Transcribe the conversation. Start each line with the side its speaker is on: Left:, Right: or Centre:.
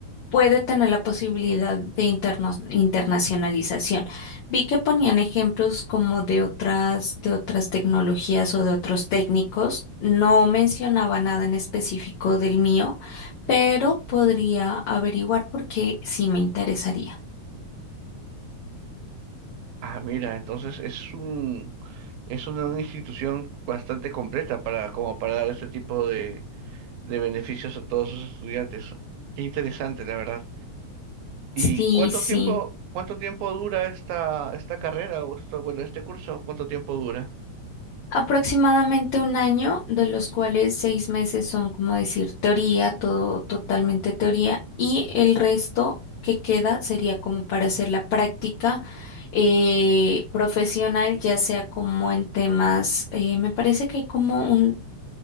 Left: puede tener la posibilidad de interno- internacionalización. Vi que ponían ejemplos como de otras, de otras tecnologías o de otros técnicos. No mencionaba nada en específico del mío, pero podría averiguar porque sí me interesaría.
Right: Ah, mira, entonces es un, es una institución bastante completa para, como para dar este tipo de, de beneficios a todos sus estudiantes. Qué interesante, la verdad. ¿Y
Left: Sí,
Right: cuánto
Left: sí.
Right: tiempo, cuánto tiempo dura esta, esta carrera o esto- bueno, este curso? ¿Cuánto tiempo dura?
Left: Aproximadamente un año, de los cuales seis meses son, como decir, teoría, todo totalmente teoría, y el resto que queda sería como para hacer la práctica eh, profesional, ya sea como en temas, eh, me parece que hay como un,